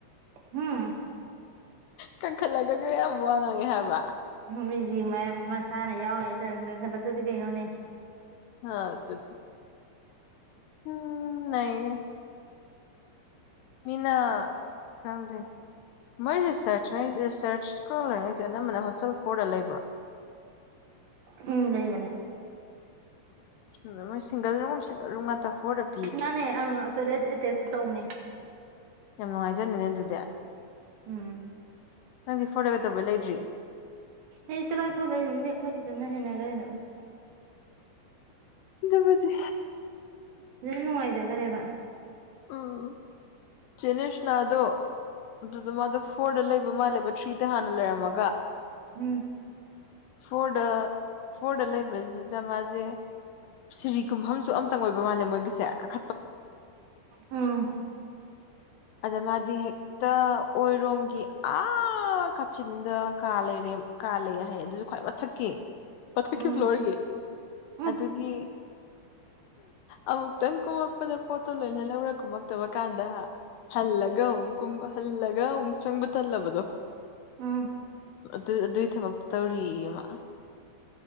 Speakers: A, on the right (about 70°); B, on the left (about 80°).
A: ꯍꯨꯝ
B: ꯀꯟꯈꯠꯂꯒ ꯀꯌꯥꯝ ꯋꯥ ꯉꯥꯡꯉꯦ ꯍꯥꯏꯕ
A: ꯃꯤꯗꯤ ꯃꯁꯥꯅ ꯌꯥꯎꯔꯦ ꯈꯗꯛꯇꯗꯤ ꯀꯩꯅꯣꯅꯦ
B: ꯍꯥ ꯑꯗꯨ ꯎꯝ ꯅꯩꯍꯦ ꯃꯤꯅ ꯈꯪꯗꯦ ꯃꯣꯏ ꯔꯤꯁꯔꯁ ꯔꯤꯁꯔꯁꯀ ꯂꯩꯔꯤꯉꯩꯁꯦ ꯑꯅꯝꯕꯅ ꯍꯣꯁꯇꯦꯜ ꯐꯣꯔꯗ ꯂꯩꯕ꯭ꯔꯣ
A: ꯎꯝ ꯂꯩꯕꯅꯦ
B: <unintelligible>
A: ꯅꯅꯦ ꯑꯪ ꯇꯣꯏꯂꯦꯠꯑꯥꯠꯇꯦꯁ ꯇꯧꯅꯦ
B: ꯌꯥꯝ ꯅꯨꯡꯉꯥꯏꯖꯅꯤꯅꯦ ꯑꯗꯨꯗꯤ
A: ꯎꯝ
B: ꯅꯪꯗꯤ ꯐꯣꯟꯔꯒ ꯇꯧꯕꯩ ꯂꯩꯇ꯭ꯔꯤ
A: ꯑꯦ ꯆꯂꯍꯦ ꯐꯣꯔ ꯂꯩꯅꯤꯡꯗꯦ ꯑꯈꯣꯏ ꯁꯤꯗꯅ ꯍꯩꯅꯒ꯭ꯔꯦ ꯑꯗꯨꯝ
B: ꯑꯗꯨꯕꯨꯗꯤ
A: <unintelligible> ꯅꯨꯡꯉꯥꯏꯖꯈꯔꯦꯕ
B: ꯎꯝ ꯆꯦꯅꯤꯁꯅꯥꯗꯣ ꯑꯗꯨꯗ ꯃꯥꯗꯣ ꯐꯣꯔꯗ ꯂꯩꯕ ꯃꯥꯜꯂꯦꯕ ꯊ꯭ꯔꯤꯗ ꯍꯥꯟꯅ ꯂꯩꯔꯝꯃ
A: ꯎꯝ
B: ꯐꯣꯔꯗ ꯐꯣꯔꯗ ꯂꯩꯕꯁꯤꯗ ꯃꯥꯁꯦ ꯁꯤꯔꯤ ꯀꯨꯝꯐꯝꯁꯨ ꯑꯝꯇꯪ ꯑꯣꯏꯕ ꯃꯥꯜꯂꯦ ꯃꯣꯏꯒꯤꯁꯦ ꯀꯥꯠ
A: ꯎꯝ
B: ꯑꯗ ꯃꯥꯗꯤ ꯍꯦꯛ ꯇ ꯑꯣꯏꯔꯣꯝꯒꯤ ꯑꯥ ꯀꯥꯆꯤꯟꯗ ꯀꯥ ꯂꯩꯔꯦꯝ ꯀꯥ ꯂꯩ ꯍꯥꯏꯌꯦ ꯑꯗꯨꯁꯨ ꯈ꯭ꯋꯥꯏ ꯃꯊꯛꯀꯤ ꯃꯊꯛꯀꯤ
A: ꯎꯝ
B: ꯐ꯭ꯂꯣꯏꯔꯒꯤ
A: ꯎꯝ
B: ꯑꯗꯨꯒꯤ ꯑꯃꯨꯛꯇꯪ ꯀꯨꯝꯃꯛꯄꯗ ꯄꯣꯠꯇꯣ ꯂꯣꯏꯍꯜꯂꯤ ꯂꯧꯔꯛ ꯀꯨꯝꯃꯛꯇꯕ ꯀꯥꯟꯗ ꯍꯜꯂꯒ ꯑꯃꯨꯛꯀꯨꯝꯕ ꯍꯜꯂꯒ ꯑꯃꯨꯛ ꯆꯪꯕ ꯇꯜꯂꯕꯗꯣ
A: ꯎꯝ
B: ꯑꯗꯨ ꯑꯗꯨꯒꯤ ꯊꯕꯛꯇ ꯇꯧꯔꯤꯌꯦ ꯑꯃ